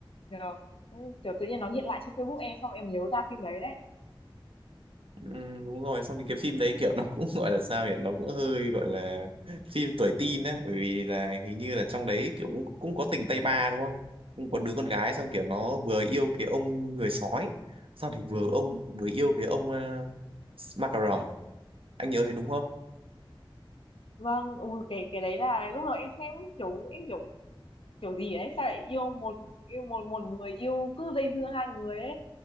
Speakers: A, on the left; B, on the right.
A: Nhờ. Nhưng kiểu tự nhiên nó hiện lại trên Facebook em xong em nhớ ra phim đấy đấy
B: Ừ, đúng rồi xong thì cái phim đấy kiểu nó cũng <laughs> gọi là sao nhỉ nó cũng hơi gọi là phim tuổi teen á bởi vì là hình như là trong đấy kiểu cũng, cũng có tình tay ba đúng không cũng có đứa con gái xong kiểu nó vừa yêu cái ông người sói xong thì vừa ông vừa yêu cái ông uh, ma anh nhớ thấy đúng không
A: vâng ui cái cái đấy là lúc đầu em xem kiểu em kiểu kiểu gì ấy sao lại yêu một yêu một một người yêu cứ dây dưa hai người ấy